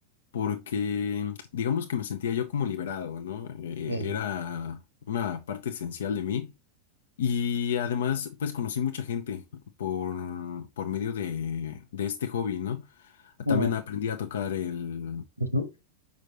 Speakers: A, on the left; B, on the right.
A: porque digamos que me sentía yo como liberado, ¿no? Eh,
B: Ujú.
A: era una parte esencial de mí. Y además, pues, conocí mucha gente por, por medio de, de este hobby, ¿no?
B: Uh,
A: También aprendí a tocar el,
B: ujú.